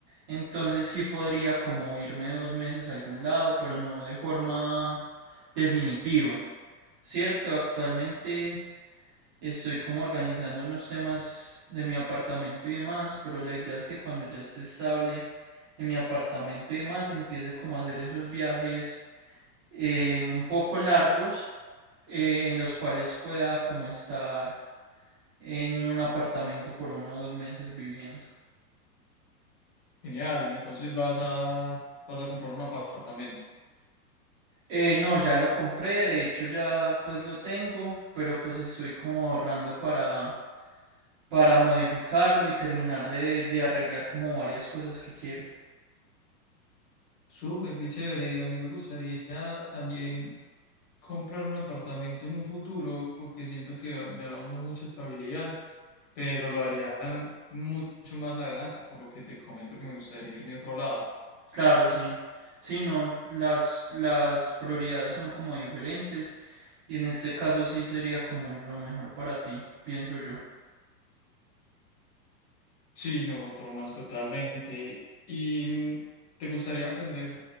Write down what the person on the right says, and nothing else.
Entonces sí podría como irme dos meses a algún lado, pero no de forma definitiva. Cierto, actualmente estoy como organizando unos temas de mi apartamento y demás, pero la idea es que cuando ya esté estable en mi apartamento y demás, empiece como a hacer esos viajes eh, un poco largos eh, en los cuales pueda como estar en un apartamento por uno o dos meses viviendo.
Eh, no, ya lo compré, de hecho ya pues lo tengo, pero pues estoy como ahorrando para, para modificarlo y terminarle de, de arreglar como varias cosas que quiero.
Claro, sí. Sí, no, las, las prioridades son como diferentes y en este caso sí sería como lo mejor para ti, pienso yo.